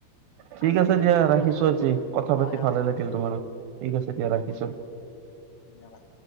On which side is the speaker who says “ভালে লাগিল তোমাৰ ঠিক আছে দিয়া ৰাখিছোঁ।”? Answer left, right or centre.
Right